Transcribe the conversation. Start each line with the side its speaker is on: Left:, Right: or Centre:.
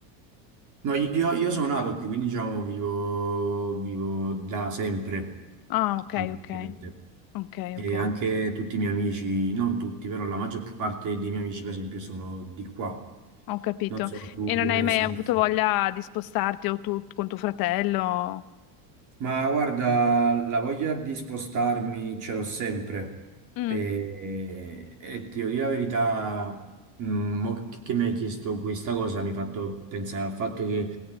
Right: No, io, io sono nato qui, quindi diciamo vivo, vivo da sempre,
Left: Ah, ok,
Right: fondamentalmente.
Left: ok. Ok,
Right: E
Left: ok.
Right: anche tutti i miei amici, non tutti, però la maggior parte dei miei amici, per esempio, sono di qua.
Left: Ho capito.
Right: Non so tu
Left: E non
Right: come
Left: hai mai
Right: sei.
Left: avuto voglia di spostarti o tu con tuo fratello?
Right: Ma guarda, la voglia di spostarmi ce l'ho sempre
Left: Mm,
Right: e, e ti devo dire la verità, mh, mo che che mi hai chiesto questa cosa mi ha fatto pensare al fatto che